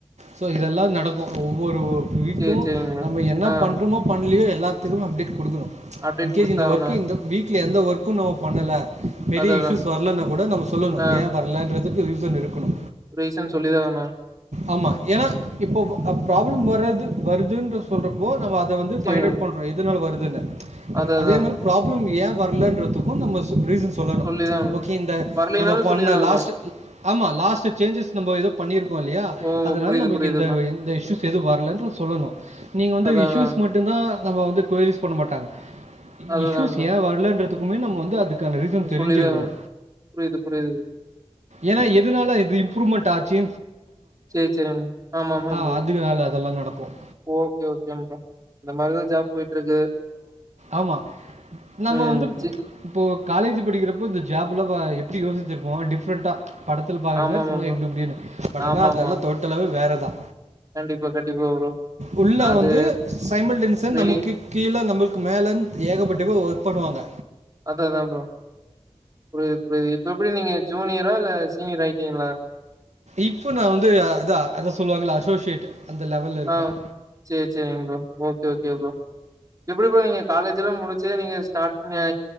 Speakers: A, on the right (about 75°); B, on the right (about 30°).
A: சோ இதெல்லா நடக்கு ஒவ்வொரு குவிக்கு
B: சேரி சேரிங்க மேம்.
A: நம்ம என்ன
B: ஆ
A: பண்றோமோ பண்ண எல்லாத்துக்கு அப்டே் கொடுக்கணு
B: அப்டேட்
A: இன கேஸ்
B: குடுத்தாகணும்.
A: இந்த ஒர்க் இந்த வீக் எந்த ஒர்க்கு நம்ம பண்ணல பெரிய
B: அத அதான்
A: இஷயூஸ் வரலன்னா கூட நம்ம சொல்லணு
B: ஆ
A: ஏ வரலன்ற அதுக்கு ரீசன் இருக்கணு
B: ரீசன் சொல்லிதா ஆகணு
A: ஆமா ஏனா இப்போ ப்ராப்ளம் வர்றது வருதுன்ற சொல்ற போ நம அத வந்து
B: சேரிங்க
A: பைண்ட் அவு்
B: மேம்.
A: பண்றோ எதனால வருது துனு
B: அத அதான்
A: அதே மாரி ப்ராப்ளம் ஏ வரலன்றதுக்கு நம்ப ரீசன் சொல்லணு
B: சொல்லிதான் ஆகணும்.
A: ஓகே இந்த
B: வரலைனாலும்
A: நம்ம பண்ண
B: சொல்லிதான் ஆகணும்.
A: லாஸ்ட் ஆமா லாஸ்ட் சேஞ்சஸ் நம்ப யெதோ பண்ணிரு கோ இல்லையா
B: ஓ!
A: அதனால
B: புரியுது
A: நம்மளுக்கு
B: புரியுது
A: இந்த
B: ப்ரோ.
A: எந்த இஷூஸ் எதுவு வரல சொல்லணு நீங்க வந்து
B: அதான்
A: இஷயூஸ்
B: அதான்.
A: மட்டுதா நம்ம வந்து குயரீஸ் பண்ண மாட்டாங்க
B: அதுதான்
A: இஸ்யூஸ்
B: ப்ரோ.
A: ஏ வரலன்றதுக் ன் நம்ம வந்து அது கான ரீசன் தெரிஞ்சிருக்கணு
B: சொல்லிதான் ஆகணும். புரியுது புரியுது ப்ரோ.
A: ஏனா எதுனால இது இம்ப்ரூவ்மெண்ட் ஆச்சு
B: சேர் செரி ஆமா ஆமா
A: ஆ
B: ப்ரோ
A: அதனால அதெல்லாம் நடக்கும்.
B: ஓகே ஓகேங் ப்ரோ இந்த மாரிதா ஜாப் போயிட்ருக்கு
A: ஆமா நம்ம
B: ம்.
A: வந்து
B: சி
A: இப்போ காலேஜ் படிக்கிறப்போ இந்த ஜாப்லா பா எப்டி யோஸ்ச்சிருப்போ டிஃப்ரெண்ட்டா படத்தில பாக்கற
B: ஆமாமா
A: மாரி சும்மா
B: ப்ரோ.
A: இப்டி இப்டினு பட்
B: ஆமாமா.
A: ஆனா அதெல்லா டோட்டலவே வேற தா
B: கண்டிப்பா கண்டிப்பா ப்ரோ
A: உள்ள
B: அது
A: வந்து சைமல்டேன்ஸா
B: வெளி
A: நமக்கு கீழ நமக்கு மேலன் ஏகப்பட்ட பேர் க் பண்ணுவாங்க
B: அதா அதான் ப்ரோ புரியுது புரியுது இப்ப எப்டி நீங்க ஜூனியரா இல்ல சீனியர் ஆயிட்டீங்களா
A: இப்ப நான் வந்து இதா அதா சொல்வாங்கள அசோசியேட் அந்த லெவல்ல இருக்கேன்.
B: ஆஹ் செர் செரிங் ப்ரோ ஓகே ஓகே ப்ரோ எப்டி ப்ரோ நீங்க காலேஜ்லாம் முடிச்சு நீங்க ஸ்டார்ட் அ